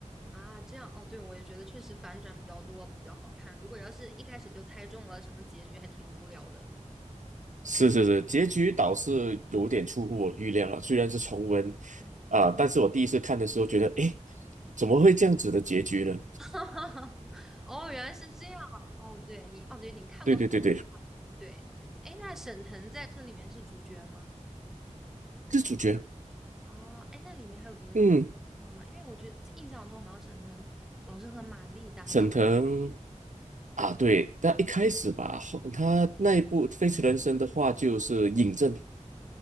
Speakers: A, in the centre; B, on the right (about 75°).
A: 啊，这样哦，对，我也觉得确实反转比较多，比较好看。如果要是一开始就猜中了什么结局，还挺无聊的。
B: 是是是，结局倒是有点出乎我预料了，虽然是重温，
A: 嗯，
B: 啊、但是我第一次看的时候觉得，诶，怎么会这样子的结局呢？
A: <laughs> 哦，原来是这样啊。哦，对你，哦，对，你看过很多。
B: 对对对对，
A: 对，哎，那沈腾在这里面是主角吗？
B: 这主角，
A: 啊，哎，那里面还有别的角色吗？
B: 嗯，
A: 因为我觉得印象中好像沈腾老是和马丽搭档。
B: 沈腾啊，对，但一开始吧，后他那一部《飞驰人生》的话就是尹正，